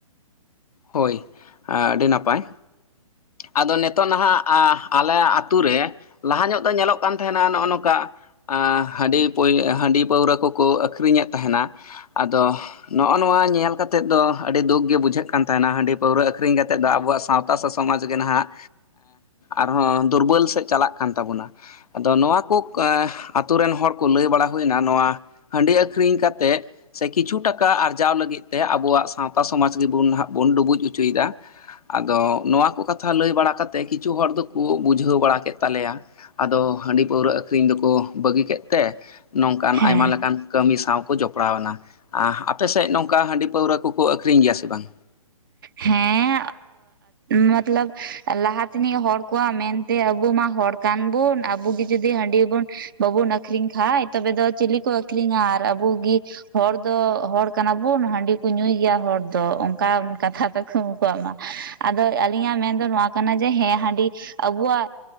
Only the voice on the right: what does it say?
ᱦᱮᱸ
ᱦᱮᱸ ᱢᱚᱛᱞᱚᱵ ᱞᱟᱦᱟ ᱛᱮᱱᱤᱡ ᱦᱚᱲ ᱠᱚᱣᱟᱜ ᱢᱮᱱᱛᱮ ᱟᱵᱚ ᱢᱟ ᱦᱚᱲ ᱠᱟᱱ ᱵᱩᱱ ᱟᱵᱚᱜᱤ ᱡᱩᱫᱤ ᱦᱟᱺᱰᱤ ᱵᱚᱱ ᱵᱟᱵᱩᱱ ᱟᱹᱠᱷᱨᱤᱧ ᱠᱷᱟᱡ ᱛᱚᱵᱮ ᱫᱚ ᱪᱤᱞᱤ ᱠᱚ ᱟᱹᱠᱷ ᱨᱤᱧᱟ ᱟᱨ ᱟᱵᱩᱜᱤ ᱦᱚᱲ ᱫᱚ ᱦᱚᱲ ᱠᱟᱱᱟ ᱵᱚᱱ, ᱦᱟᱺᱰᱤ ᱠᱚ ᱧᱩᱭ ᱜᱮᱭᱟ ᱦᱚᱲ ᱫᱚ ᱚᱱᱠᱟ ᱠᱟᱛᱷᱟ <unintelligible> ᱠᱚᱣᱟᱜ ᱢᱟ ᱾ ᱟᱫᱚ ᱟᱹᱞᱤᱧᱟᱜ ᱢᱮᱱ ᱫᱚ ᱱᱚᱣᱟ ᱠᱟᱱᱟ ᱡᱮ ᱦᱮᱸ ᱦᱟᱺᱰᱤ ᱟᱵᱚᱣᱟᱜ